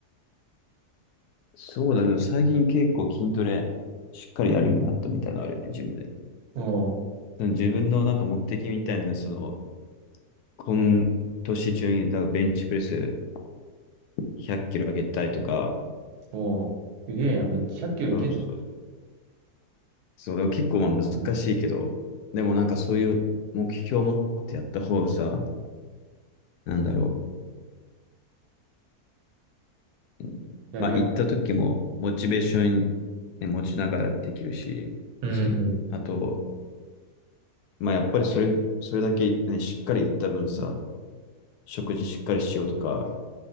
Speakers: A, on the left (about 85°); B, on the right (about 80°).
A: そうだけど、最近結構筋トレしっかりやるようになったみたいなのあるよね、ジムで。
B: おう、
A: その自分のなんか目的みたいな、その、今年中になんかベンチプレス100キロ上げたいとか、
B: おう、すげえやん、めっちゃひゃっき0キロいけん、
A: そうそう。そう、でも結構まあ難しいけど、でもなんかそういう目標を持ってやった方がさ、なんだろう。うんまあ行った時もモチベーション、
B: やりがい。
A: ね、持ちながらできるし、
B: うん
A: あと、まあやっぱりそれ、それだけ、ね、しっかり言った分さ、食事しっかりしようとか、